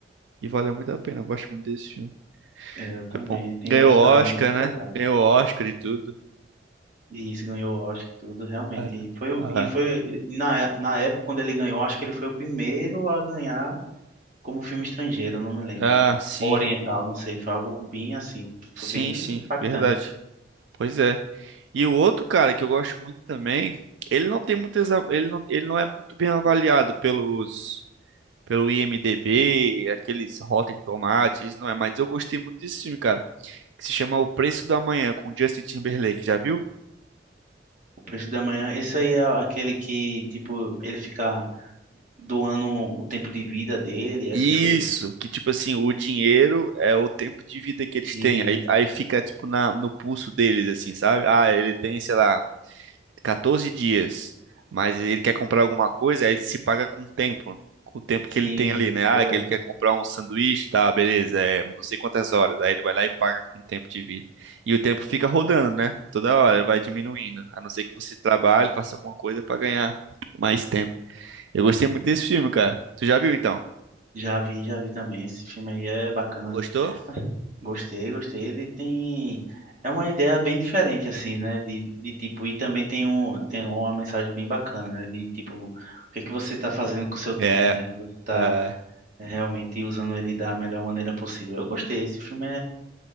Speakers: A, on the right (about 85°); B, on the right (about 45°).
A: E valeu muito a pena. Eu gosto muito desse filme.
B: É, Eu também,
A: É bom.
B: tem
A: Ganhou
B: uma história
A: Oscar,
B: muito
A: né?
B: pesada.
A: Ganhou Oscar e tudo.
B: E isso ganhou o Oscar e tudo, realmente.
A: É.
B: E foi, o-
A: Ah,
B: e foi na, na época, quando ele ganhou, acho que ele foi o primeiro a ganhar como filme estrangeiro, não me lembro.
A: ah, sim.
B: Ou oriental, não sei, foi algo bem assim,
A: Sim,
B: foi bem
A: sim.
B: impactante.
A: Verdade. Pois é. E o outro cara que eu gosto muito também, ele não tem muitas, a- ele não, ele não é muito bem avaliado pelos pelo IMDb, aqueles Rotten Tomatoes, não é, mas eu gostei muito desse filme, cara, que se chama O Preço da Manhã com Justin Timberlake, já viu?
B: O Preço da Manhã, esse aí é aquele que, tipo, ele fica doando o tempo de vida dele, essas
A: Isso,
B: coisas.
A: que tipo assim, o dinheiro é o tempo de vida que eles
B: E
A: têm. Aí, aí fica tipo na, no pulso deles, assim, sabe? Ah, ele tem, sei lá, 14 dias, mas ele quer comprar alguma coisa, aí se paga com o tempo, com o tempo que
B: sim,
A: ele tem ali, né? Ah,
B: eu lembro.
A: que ele quer comprar um sanduíche, tá, beleza, é não sei quantas horas. Aí ele vai lá e paga com o tempo de vida. E o tempo fica rodando, né? Toda hora vai diminuindo. A não ser que você trabalhe, faça alguma coisa pra ganhar mais tempo. Eu gostei muito desse filme, cara. Tu já viu então?
B: Já vi, já vi também. Esse filme aí é bacana.
A: Gostou?
B: Gostei, gostei. Ele tem. É uma ideia bem diferente, assim, né? De, de tipo, e também tem um, tem uma mensagem bem bacana, né? De tipo, o que é que você tá fazendo com o seu tempo,
A: É.
B: né? Se você tá
A: É,
B: é realmente usando ele da melhor maneira possível. Eu gostei, esse filme